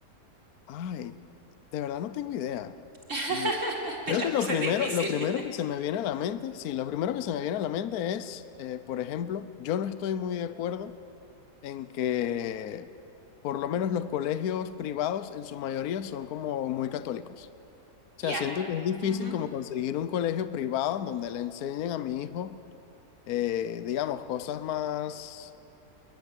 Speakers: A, on the left; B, on the right.
A: Ay, de verdad no tengo idea.
B: <laughs>
A: Mm,
B: Te
A: Creo
B: la
A: que
B: puse
A: lo primero,
B: difícil.
A: lo primero
B: <laughs>
A: que se me viene a la mente, sí, lo primero que se me viene a la mente es, eh, por ejemplo, yo no estoy muy de acuerdo en que por lo menos los colegios privados en su mayoría son como muy católicos. O sea,
B: Ya.
A: siento que es difícil
B: ujú,
A: como conseguir un colegio privado en donde le enseñen a mi hijo, eh, digamos, cosas más